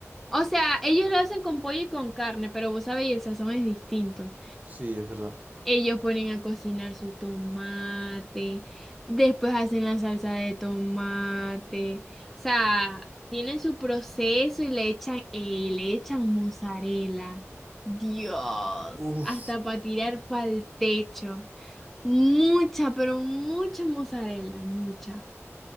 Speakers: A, in the centre; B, on the right.
A: O sea, ellos lo hacen con pollo y con carne, pero vos sabéis, el sazón es distinto.
B: Sí, es verdad.
A: Ellos ponen a cocinar su tomate, después hacen la salsa de tomate. O sea, tienen su proceso y le echan, ey, le echan mozzarella. Dios,
B: Uf,
A: hasta para tirar para el techo. Mucha, pero mucha mozzarella, mucha.